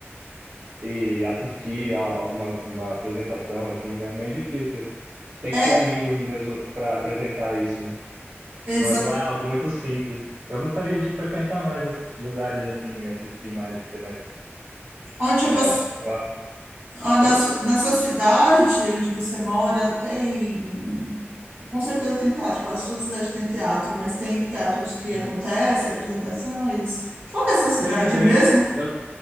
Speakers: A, on the right; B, on the right.
A: e assistir a uma, uma apresentação assim, né? É meio difícil. Tem
B: é
A: que ter amigos mesmo para apresentar isso, né?
B: exatamente
A: Não, não é algo muito simples. Eu gostaria de frequentar mais esses lugares assim, assistir mais e ter mais.
B: onde
A: É,
B: você
A: eu a-
B: Ah, na,
A: Oi?
B: su- na sua cidade onde você mora, tem. Com certeza tem teatro, quase toda cidade tem teatro, mas tem teatros que
A: Sim.
B: acontecem, apresentações. Qual que é a sua cidade
A: Tem, tem.
B: mesmo?
A: Eu